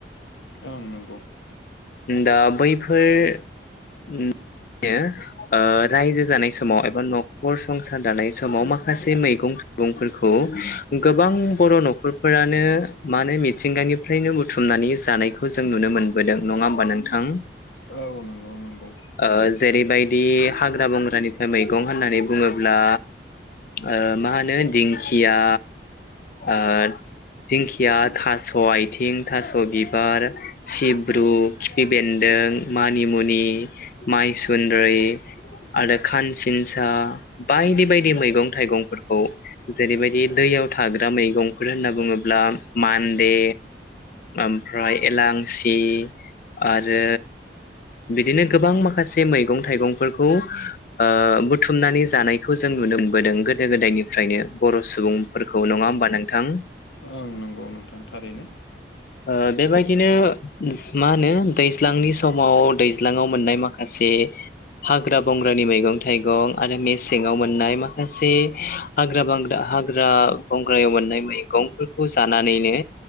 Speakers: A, on the left (about 85°); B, on the left (about 50°).
A: औ नंगौ
B: दा बैफोर <unintelligible> ओ रायजो जानाय समाव एबा न'खर संसार दानाय समाव माखासे मैगं बुंफोरखौ गोबां बर' न'खरफोरानो मानो मिथिंगानिफ्रायनो बुथुमनानै जानायखौ जों नुनो मोन बोदों नङा होमबा नोंथां
A: औ नंगौ नंगौ
B: ओ जेरैबायदि हाग्रा बंग्रानिफ्राय मैगं होननानै बुङोब्ला ओ मा होनो दिंखिया ओ दिंखिया थास' आइथिं थास' बिबार सिब्रु खिफि बेन्दों मानिमुनि माइसुन्द्रि आरो खानसिनसा बायदि बायदि मैगं थाइगंफोरखौ जेरैबायदि दैयाव थाग्रा मैगंफोर होनना बुङोब्ला मान्दे ओमफ्राय एलांसि आरो बिदिनो गोबां माखासे मैगं थाइगंफोरखौ ओ बुथुमनानै जानायखौ जों नुनो मोनबोदों गोदो गोदायनिफ्रायनो बर' सुबुं फोरखौ नङा होमबा नोंथां
A: ओं नंगौ नोंथां थारैनो
B: ओ बेबायदिनो मा होनो दैज्लांनि समाव दैज्लाङाव मोननाय माखासे हाग्रा बंग्रानि मैगं थाइगं आरो मेसेङाव मोननाय माखासे हाग्रा बांग्रा हाग्रा बंग्रायाव मोननाय मैगंफोरखौ जानानैनो